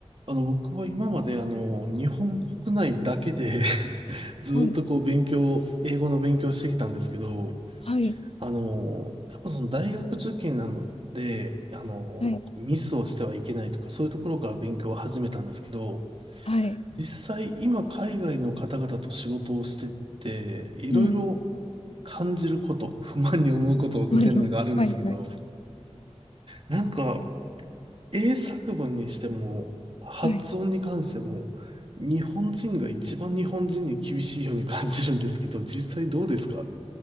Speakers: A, on the right; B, on the left.
A: あの、僕は今まであの、日本国内だけで <laughs> ずーっとこう勉強、
B: はい、
A: 英語の勉強してきたんですけど、
B: はい、
A: あの、やっぱその大学受験なので、あの、
B: はい、
A: ミスをしてはいけないとか、そういうところから勉強を始めたんですけど、
B: はい、
A: 実際今海外の方々と仕事をしてって、いろいろ
B: うん、
A: 感じること、不満に思うことみたいなのがあるんですけど、
B: 何をはい、はい、
A: なんか英作文にしても、発音に関しても、
B: はい。
A: 日本人が一番日本人に厳しいように感じるんですけど、実際どうですか